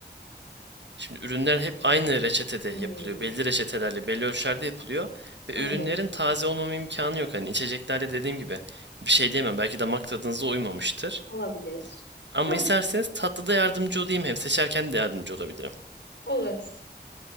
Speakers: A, on the right; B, on the left.
A: şimdi ürünler hep aynı reçetede
B: Hmm,
A: yapılıyor. Belli reçetelerle, belli ölçülerde yapılıyor. Ve
B: anladım.
A: ürünlerin taze olmama imkanı yok. Hani içeceklerde dediğim gibi bir şey diyemem. Belki damak tadınıza uymamıştır.
B: Olabilir.
A: Ama
B: Tamam,
A: isterseniz tatlıda yardımcı olayım. Hem seçerken de yardımcı olabilirim.
B: olur.